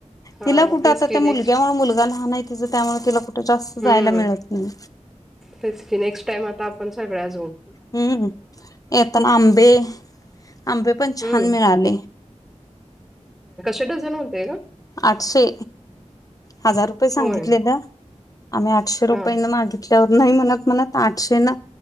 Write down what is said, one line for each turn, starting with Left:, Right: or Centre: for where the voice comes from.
Centre: हा
Left: तिला कुठं
Centre: मग तेच
Left: आता
Centre: की
Left: त्या
Centre: नेक्स्ट
Left: मुलग्यामुळे मुलगा लहाना त्यामुळे जास्त
Centre: हम्म
Left: जायला मिळत नाही.
Centre: तेच क नेक्स्ट टाइम आता आपण सगळ्या झोड
Left: हम्म येताना आंबे आंबे पण छान
Centre: हम्म
Left: मिळाले
Centre: छड जणन होतेय का
Left: आठशे हजार रुपये सांगितले
Centre: होय
Left: द आम्हीठशे रुपयां
Centre: हा
Left: मागित ल्यावरून म्हणत म्हणत आठशे न